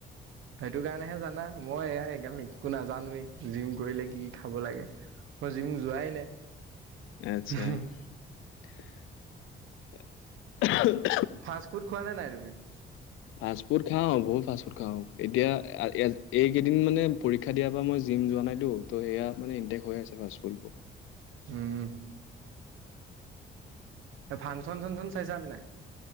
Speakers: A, on the right; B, on the left.
A: সেইটো কাৰণেহে জানা। মই এই একদম একো নাজানো। জিম কৰিলে কি, কি খাব লাগে? মই জিম যোৱাই নাই।
B: আচ্ছা <unintelligible>
A: ফাষ্টফুড খোৱা নাই নাই তুমি উ
B: ফাষ্টফুড খাওঁ বহুত ফুড খাওঁ এতিয়া এইকেইদিন মানে পৰীক্ষা দিয়াৰ পৰা মই জিম যোৱা নাইতো ত সেয়া মানে ইণ্টেক্ হৈ আছে ফাফুডবোৰ
A: উম ফাংচন চাংচন চাইছা নাই